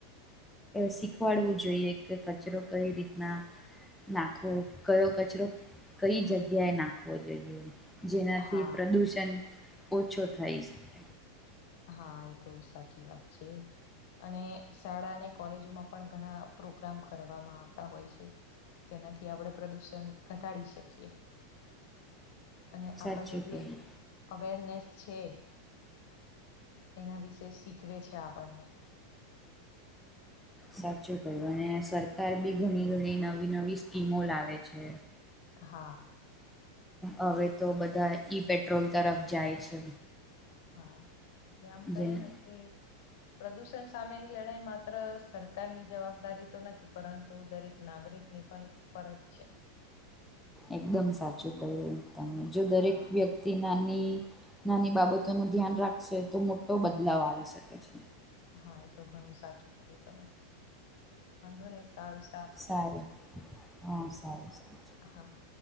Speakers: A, in the centre; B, on the left.
A: શીખવાડવું જોઈએ કે કચરો કઈ રીતના નાખવો કયો કચરો કઈ જગ્યાએ નાખવો જોઈએ. જેનાથી
B: હા
A: પ્રદુષણ ઓછો થાય છે.
B: હા એ તો સાચી વાત છે. અને શાળા અને કોલેજોમાં પણ ઘણા પ્રોગ્રામ કરવામાં આવતા હોય છે. જેનાથી આપડે પ્રદૂષણ ઘટાડી શકીએ, અને
A: સાચું
B: આપણને
A: કહ્યું
B: જે અવેરનેસ છે. એના વિશે શીખવે છે આપણને.
A: સાચું કય્યું અને સરકાર બી ઘણી ઘણી નવી નવી સ્કીમો લાવે છે.
B: હા.
A: હવે તો બધા ઈ પેટ્રોલ તરફ જાય છે.
B: હા, એટલે આમ કહી
A: જેને
B: ને કે પ્રદૂષણ સામેની લડાઈ માત્ર સરકારની જવાબદારી તો નથી પરંતુ દરેક નાગરિક ની પણ ફરજ છે.
A: એકદમ સાચું ક તને જો દરેક
B: હા
A: વ્યક્તિ તે નાની નાની બાબતો નું ધ્યાન રાખશે તો મોટો બદલાવ આવી શકે છે.
B: હા એ તો ઘણું સાચું કીધું તમે, વાંધો નહી સારું
A: સારું, હા સારું સારું.
B: હા.